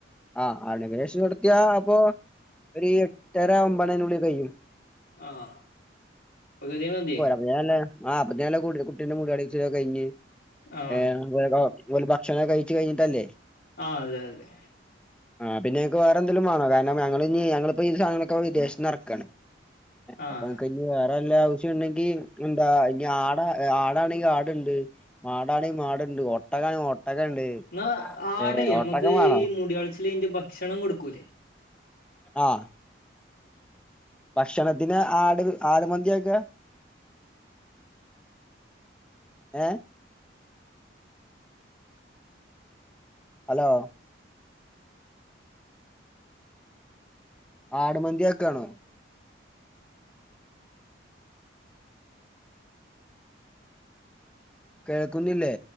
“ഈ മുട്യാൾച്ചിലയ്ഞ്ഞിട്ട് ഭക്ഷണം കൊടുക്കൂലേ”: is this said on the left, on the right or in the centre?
Left